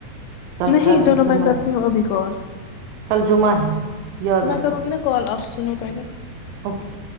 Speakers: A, on the right (about 80°); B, on the left (about 85°).
A: کل
B: نہیں چلو میں کرتی ہوں ابھی کال
A: کل جمعہ ہے یاد
B: میں
A: رکھو
B: کروں گی نا کال آ س پ گے
A: اوکے